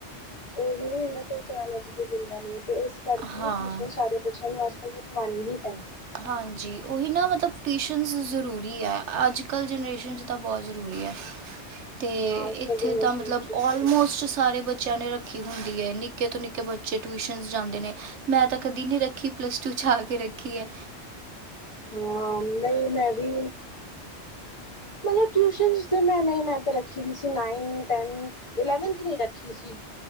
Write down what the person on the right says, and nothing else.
ਹਾਂ
ਹਾਂਜੀ, ਉਹੀ ਨਾ ਮਤਲਬ ਪੇਸ਼ੈਂਸ ਜ਼ਰੂਰੀ ਹੈ ਅੱਜ-ਕੱਲ੍ਹ ਜਨਰੇਸ਼ਨ 'ਚ ਤਾਂ ਬਹੁਤ ਜ਼ਰੂਰੀ ਹੈ। ਤੇ
ਇੱਥੇ
ਤਾਂ ਮਤਲਬ
ਆਲਮੋਸਟ ਸਾਰੇ ਬ ਬੱਚਿਆਂ ਨੇ ਰੱਖੀ ਹੁੰਦੀ ਹੈ ਨਿੱਕੇ ਤੋਂ ਨਿੱਕੇ ਬੱਚੇ ਟਿਊਸ਼ਨਸ ਜਾਂਦੇ ਨੇ ਮੈਂ ਤਾਂ ਕਦੀ ਨਹੀਂ ਰੱਖੀ ਪਲੱਸ ਟੂ 'ਚ ਆ ਕੇ ਰੱਖੀ ਹੈ।